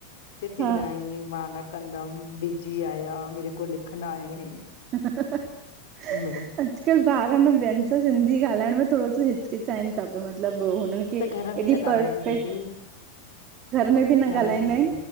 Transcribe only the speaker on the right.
हा
ह ह।
अॼकल्ह ॿार न ॿियन सां सिंधी ॻाल्हाइण में थोरो स हिचकिचाइन ता प्यो मतलब हुन खे।
की
हेॾी
पर्फेक्ट।
हुन भी न
ग़ालाइंदाइंन